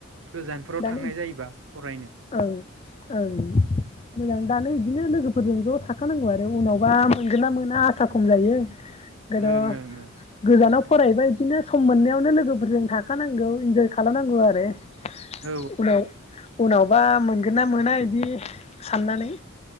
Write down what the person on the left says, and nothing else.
दा
ओं ओं मोजां दानो इदिनो लोगोफोरजों ज' था खानांगौ आरो उनावबा मोनगोना मोना आसा खम जायो। गोद
गोजानाव फरायबा इदिनो सम मोननायावनो लोगोफोरजों थाखानांगौ इन्जय खालामनांगौ आरो ।
उनाव। उनावबा मोनगोन ना मोना बिदि साननानै